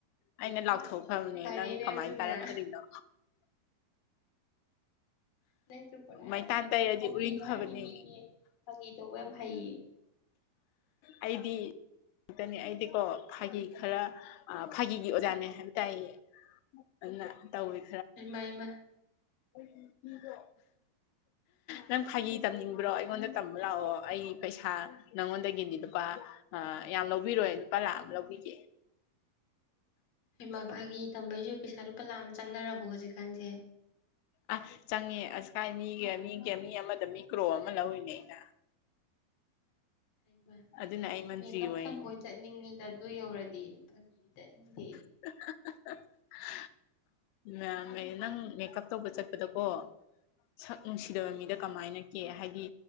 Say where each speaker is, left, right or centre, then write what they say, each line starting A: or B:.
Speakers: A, on the left; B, on the left.
A: ꯑꯩꯅ ꯂꯥꯎꯊꯣꯛꯈ꯭ꯔꯕꯅꯦ
B: ꯐꯔꯦꯅꯦ
A: ꯅꯪ ꯀꯃꯥꯏꯅ
B: ꯑꯗꯨꯅ
A: ꯇꯥꯔꯝꯗ꯭ꯔꯤꯅꯣ
B: ꯅꯪꯖꯨ ꯄꯨꯔꯥ
A: ꯃꯩꯇꯥꯟ ꯇꯩꯔꯗꯤ
B: ꯐꯪꯒꯤ
A: ꯎꯔꯤꯡ
B: ꯐꯔꯥꯡꯒꯤ
A: ꯐꯕꯅꯤ
B: ꯃꯤꯅꯦ ꯐꯪꯒꯤ ꯇꯧꯕ ꯌꯥꯝ ꯍꯩꯌꯦ
A: ꯑꯩꯗꯤ ꯇꯅꯦ ꯑꯩꯗꯤꯀꯣ ꯐꯥꯒꯤ ꯈꯔ ꯑ ꯐꯥꯒꯤꯒꯤ ꯑꯣꯖꯥꯅꯦ ꯍꯥꯏꯕ ꯇꯥꯏꯌꯦ꯫ ꯑꯅ ꯇꯧꯏ
B: ꯏꯃꯩꯃ
A: ꯑꯩꯒꯤ ꯃꯤꯗꯣ ꯅꯪ ꯐꯥꯒꯤ ꯇꯝꯅꯤꯡꯕ꯭ꯔꯣ ꯑꯩꯉꯣꯟꯗ ꯇꯝꯕ ꯂꯥꯛꯑꯣ ꯑꯩ ꯄꯩꯁꯥ ꯅꯉꯣꯟꯗꯒꯤꯗꯤ ꯂꯨꯄꯥ ꯑ ꯌꯥꯝ ꯂꯧꯕꯤꯔꯣꯏ ꯂꯨꯄꯥ ꯂꯥꯛ ꯑꯝ ꯂꯧꯕꯤꯒꯦ꯫
B: ꯏꯃꯥ ꯐꯥꯒꯤ ꯇꯝꯕꯩꯖꯨ ꯄꯩꯁꯥ ꯂꯨꯄꯥ ꯂꯥꯛ ꯑꯝ ꯆꯪꯅꯔꯕꯣ ꯍꯧꯖꯤꯛꯀꯥꯟꯖꯦ
A: ꯑꯥ ꯆꯪꯉꯦ ꯑꯁꯀꯥꯏ ꯃꯤꯒ ꯃꯤꯒ ꯃꯤ ꯑꯃꯥꯗ ꯃꯤ ꯀ꯭ꯔꯣ ꯑꯃꯥ ꯂꯧꯔꯤꯅꯦ ꯑꯩꯅ
B: ꯍꯩꯃꯥ
A: ꯑꯗꯨꯅ ꯑꯩ ꯃꯟꯇ꯭ꯔꯤ
B: ꯃꯦꯀꯞ
A: ꯑꯣꯏꯔꯤꯅꯦ
B: ꯇꯝꯕ ꯑꯣꯏꯅ ꯆꯠꯅꯤꯡꯏꯗ ꯑꯗꯨ ꯌꯧꯔꯗꯤ ꯐꯒꯤ ꯇꯅꯤꯡꯗꯦ ꯑꯩꯗꯤ
A: <unintelligible> ꯃ꯭ꯌꯥꯝꯃꯦ ꯅꯪ ꯃꯦꯀꯞ ꯇꯧꯕ ꯆꯠꯄꯗꯀꯣ ꯁꯛ ꯅꯨꯡꯁꯤꯗꯕ ꯃꯤꯗ ꯀꯃꯥꯏꯅ ꯀꯦ ꯍꯥꯏꯗꯤ